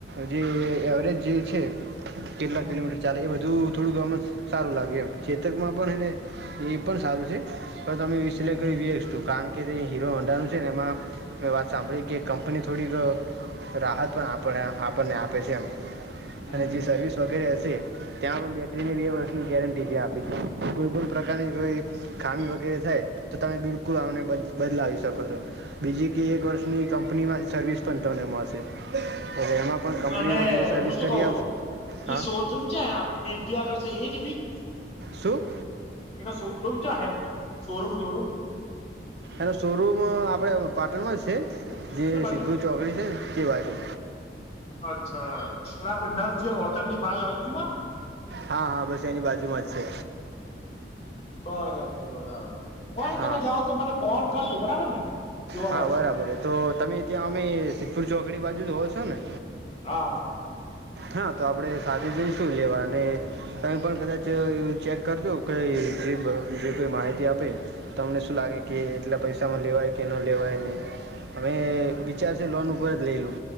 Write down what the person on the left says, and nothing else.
હમ
હમ
હમ
અને
હું શું
કઉ?
એ શોર રૂમ છે, આપ ટી આગળ છે. એ ટીવી
શો રૂમ છે. <unintelligible>
કઈ બાજુ
અચ્છા, એટલે આપડે નવજીવન હોટલ ની બાઈ આવી.
બરાબર, બરાબર. કોય નને,
તમે જાઓ તો મને ફોન કરજો, બરાબર ને જોવા
માટે.
હા